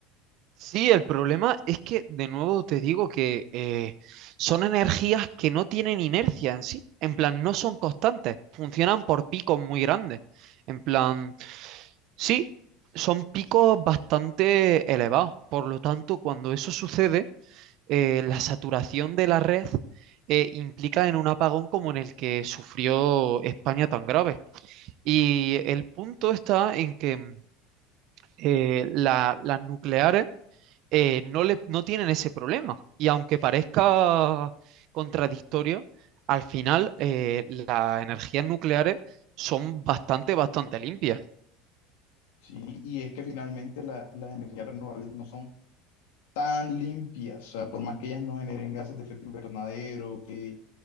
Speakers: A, on the right; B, on the left.
A: sí, el problema es que, de nuevo te digo que eh, son energías que no tienen inercia en sí, en plan, no son constantes, funcionan por picos muy grandes, en plan, sí, son picos bastante elevados, por lo tanto, cuando eso sucede eh, la saturación de la red eh, implica en un apagón como en el que sufrió España tan grave. Y el punto está en que mm, eh, la- las nucleares eh, no, le- no tienen ese problema. Y aunque parezca contradictorio, al final eh, las energías nucleares son bastante, bastante limpias.
B: ¿sí? Y es que finalmente la- las energías renovables no son tan limpias, o sea, por más que ellas no generen gases de efecto invernadero, que,